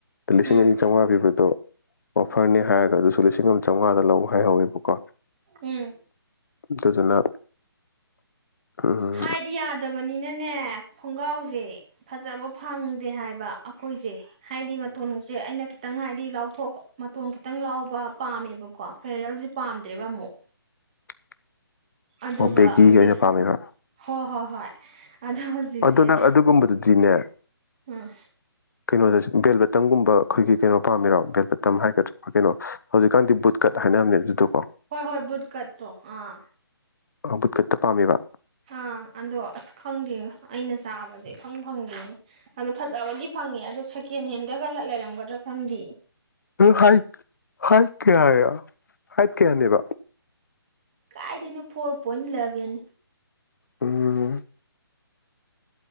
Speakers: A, on the left; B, on the right.
A: ꯂꯤꯁꯤꯡ
B: ꯎꯝ
A: ꯑꯅꯤ ꯆꯥꯝꯃꯉꯥ ꯄꯤꯕꯗꯣ ꯑꯣꯐꯔꯅꯦ ꯍꯥꯏꯔꯒ ꯑꯗꯨꯁꯨ ꯂꯤꯁꯤꯡ ꯑꯃ ꯆꯥꯃꯉꯥꯗ ꯂ ꯍꯥꯏꯍꯧꯋꯦꯕꯀꯣ
B: ꯎꯝ
A: ꯑꯗꯨꯗꯨꯅ ꯎꯝ
B: ꯍꯥꯏꯠ ꯌꯥꯗꯕꯅꯤꯅꯅꯦ ꯈꯣꯡꯒ꯭ꯔꯥꯎꯁꯦ ꯐꯖꯕ ꯐꯪꯗꯦ ꯍꯥꯏꯕ ꯑꯩꯈꯣꯏꯁꯦ ꯍꯥꯏꯗꯤ ꯃꯇꯣꯟꯁꯦ ꯑꯩꯅ ꯈꯤꯇꯪ ꯍꯥꯏꯗꯤ ꯂꯥꯎꯊꯣꯛ ꯃꯇꯣꯟ ꯈꯤꯇꯪ ꯂꯥꯎꯕ ꯄꯥꯝꯃꯦꯕꯀꯣ ꯐꯦꯔꯦꯜꯁꯦ ꯄꯥꯝꯗ꯭ꯔꯦꯕ ꯑꯃꯨꯛ
A: <inaudible>
B: ꯑꯗꯨꯒ
A: ꯕꯦꯒꯤꯒꯤ
B: ꯍꯧꯖꯤꯛ
A: ꯑꯣꯏꯅ ꯄꯥꯝꯃꯤꯕ
B: ꯍꯣꯏ ꯍꯣꯏ ꯍꯣꯏ ꯑꯗꯣ ꯍꯧꯖꯤꯛꯁꯦ
A: ꯑꯗꯨ ꯅꯪ ꯑꯗꯨꯒꯨꯝꯕꯗꯨꯗꯤꯅꯦ
B: ꯎꯝ
A: ꯀꯩꯅꯣꯗ ꯕꯦꯜꯕꯇꯟꯒꯨꯝꯕ ꯑꯩꯈꯣꯏꯒꯤ ꯀꯩꯅꯣ ꯄꯥꯝꯃꯤꯔꯣ ꯕꯦꯜꯕꯇꯝ ꯍꯥꯏꯒꯗ꯭ꯔꯥ ꯀꯩꯅꯣ ꯍꯧꯖꯤꯛꯀꯥꯟꯗꯤ ꯕꯨꯠ ꯀꯠ ꯍꯥꯏꯅꯕꯅꯦ ꯑꯗꯨꯗꯀꯣ
B: ꯍꯣꯏ ꯍꯣꯏ ꯕꯨꯠꯀꯠꯇ ꯑꯥ
A: ꯕꯨꯠꯀꯠꯇ ꯄꯥꯝꯃꯤꯕ
B: ꯑꯥ ꯑꯗꯣ ꯑꯁ ꯈꯪꯗꯦ ꯑꯩꯅ ꯆꯥꯕꯁꯦ ꯏꯐꯪ ꯐꯪꯗꯦꯅꯦ ꯑꯗꯣ ꯐꯖꯕꯗꯤ ꯐꯪ ꯐꯪꯉꯦ ꯑꯗ ꯁꯦꯀꯦꯟ ꯍꯦꯟꯗꯒꯂ ꯂꯩꯔꯝꯒꯗ꯭ꯔꯥ ꯈꯪꯗꯤ
A: ꯍꯥꯏ ꯍꯥꯏꯠ ꯀꯌꯥ ꯍꯥꯏꯠ ꯀꯌꯥꯅꯦꯕ
B: ꯀꯥꯏꯗꯅ ꯐꯣꯔꯣꯔ ꯄꯣꯏꯟ ꯏꯂꯕꯦꯟ
A: ꯎꯝ